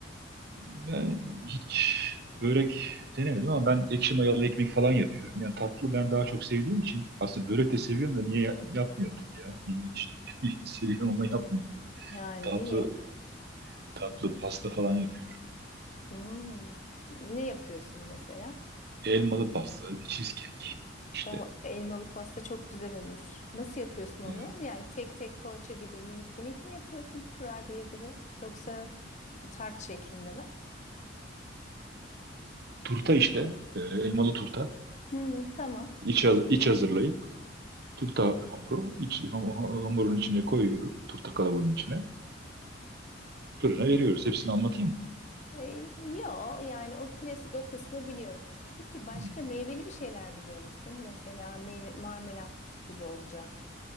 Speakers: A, on the right; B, on the left.
A: Ben hiç börek denemedim ama ben ekşi mayalı ekmek falan yapıyorum. Yani tatlı ben daha çok sevdiğim için aslında börek
B: Hı hı.
A: de seviyorum da niye ya- yapmıyorum tabii ya. İlginç. <laughs> Seviyorum ama yapmıyorum.
B: Yani
A: Tatlı
B: niye?
A: tatlı pasta falan yapıyorum.
B: Hmm. Ne yapıyorsun mesela?
A: Elmalı pasta, cheesecake. İşte
B: O elmalı pasta çok güzel olur. Nasıl yapıyorsun onu?
A: e,
B: Yani tek tek poğaça gibi minik minik mi yapıyorsun kurabiye gibi? Yoksa tart şeklinde mi?
A: turta işte. E, elmalı turta.
B: Hı, tamam.
A: İç, haz- iç hazırlayıp turta hamuru. iç ham- hamurun içine koyuyorum. Turta kalabalığının içine. Fırına veriyoruz. Hepsini anlatayım
B: E, Yo yani o klasik o kısmı biliyorum. Peki başka
A: mı?
B: meyveli bir şeyler biliyor musun? Mesela meyve marmelat gibi olacak.